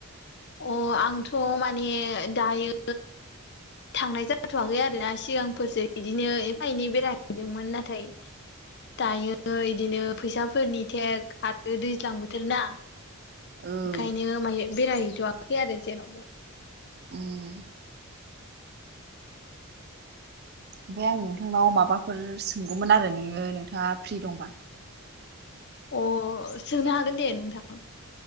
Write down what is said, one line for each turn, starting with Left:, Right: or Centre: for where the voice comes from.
Left: अ आंथ' माने दायो थांनाय जाथाथ'वाखै आरोना सिगांफोरसो बिदिनो एफा एनै बेरायहैदोंमोन नाथाय दायो बिदिनो फैसाफोरनि थेग आरो दैज्लां बोथोर ना
Right: उम
Left: ओंखायनो मामे बेरायहैथ'आाखै आरो जेनावबो
Right: उम ओमफ्राय आं नोंथांनाव माबाफोर सोंगौमोन आरो नोङो नोंथाङा फ्रि दंबा
Left: अ सोंनो हागोन दे नोंथां